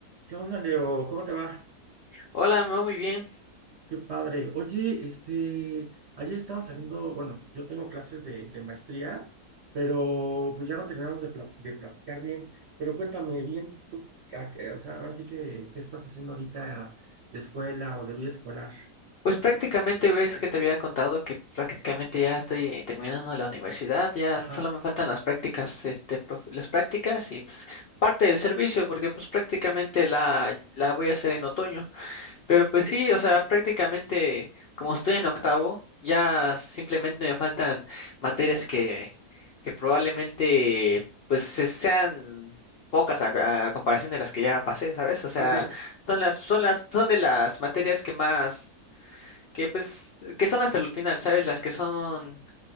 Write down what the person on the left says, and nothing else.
Hola, me va muy bien.
Pues prácticamente ves que te había contado que prácticamente ya estoy terminando la universidad, ya
solo me faltan las prácticas, este, prof- las prácticas y pues parte del servicio, porque pues prácticamente la, la voy a hacer en otoño. Pero pues sí, o sea, prácticamente como estoy en octavo, ya simplemente me faltan materias que, que probablemente pues se- sean pocas a, a comparación de las que ya pasé, ¿sabes? O sea,
son las, son las, son de las materias que más, que pues, que son hasta el final, ¿sabes? Las que son,